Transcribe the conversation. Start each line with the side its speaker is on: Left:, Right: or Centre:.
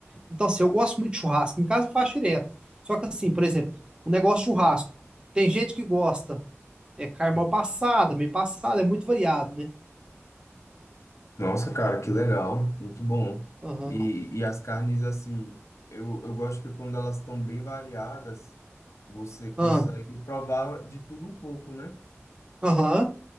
Right: Então, assim, eu gosto muito de churrasco. Em casa eu faço direto. Só que, assim, por exemplo, o negócio de churrasco. Tem gente que gosta, é carne mal passada, meio passada, é muito variado, né?
Left: Nossa, cara, que legal, muito bom.
Right: Aham,
Left: E, e as carnes, assim, eu, eu gosto que quando elas estão bem variadas, você consegue
Right: aham,
Left: provar de tudo um pouco, né?
Right: aham.